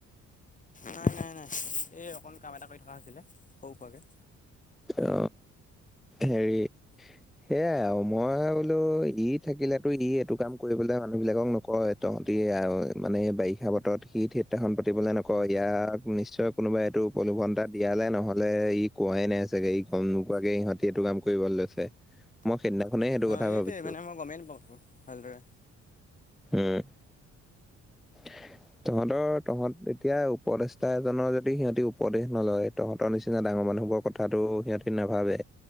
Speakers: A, on the left (about 25°); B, in the centre.
A: নাই নাই নাই এই অকন কাম এটা কৰি থকা হৈছিলে সৰু খোৱাকে।
B: অ হেৰি। সেয়াই আৰু মই বোলো ই থাকিলেতো ই এইটো কাম কৰিবলৈ মানুহ বিলাকক নকয়। তহঁতি আহ মানে বাৰিষা বতৰত সি থিয়েটাৰ খন পাতিবলৈ নকয় ইয়াক নিশ্চয়। কোনোবাই এইটো উপলোভন এটা দিয়ালে নহলে ই কোৱাই নাই। চাগে ই গম নোপোৱাকে ইিহঁতিটো কাম কৰিব লৈছে। মই সেইদিনাখনেই সেইটো
A: হয়
B: কথা ভাবিছো
A: এইটোৱে মানে মই গমেই নাপাওঁ তোৰ ভালদৰে।
B: উম। <inaudible> তহঁতৰ তহঁত এতিয়া উপদেষ্টা এজনৰ যদি সিহঁতি উপদেশ নলয় তহঁতৰ নিচিনা ডাঙৰ মানুহবোৰ। কথাাতটো সিহঁতি নাভাবে।